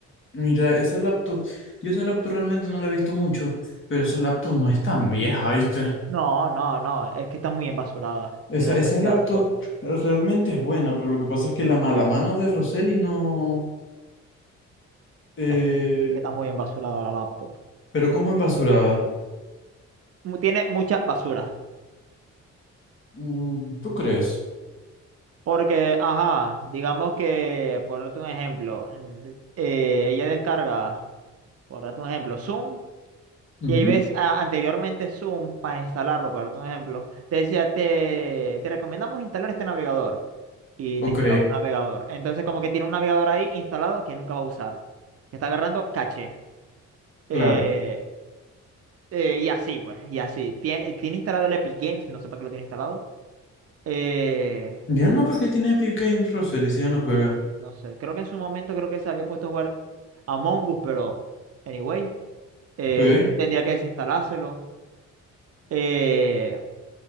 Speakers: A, on the left; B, on the right.
A: Mira, esa laptop, yo esa laptop realmente no la he visto mucho, pero esa laptop no es tan vieja, ¿viste?
B: No, no, no, es que está muy embasurada.
A: Esa,
B: Tiene
A: esa
B: demasiadas
A: laptop
B: cosas.
A: realmente es buena, pero lo que pasa es que la mala mano de Roseli no... eh,
B: Es que es que está muy embasurada la laptop.
A: pero como embasurada.
B: Mu- Tiene mucha basura.
A: Mm, ¿Tú crees?
B: Porque, ajá, digamos que, por darte un ejemplo, en- eh, ella descarga, por darte un ejemplo, Zoom.
A: Ujú.
B: Y ahí ves a- anteriormente Zoom para instalarlo, por darte un ejemplo. Te decía, te, te recomendamos instalar este navegador. Y
A: Ok,
B: te instalaba un navegador. Entonces, como que tiene un navegador ahí instalado que nunca va a usar. Que está agarrando caché.
A: claro.
B: Eh, eh, y así, pues, y así. Tiene, tiene instalado el Epic Games, no sé para qué lo tiene instalado. Eh,
A: Ya no, ¿para qué tiene Epic Games Roseli si ya no juega?
B: no sé, creo que en su momento creo que se había puesto a jugar Among Us, pero anyway, eh,
A: Ok,
B: tendría que desinstalárselo. Eh,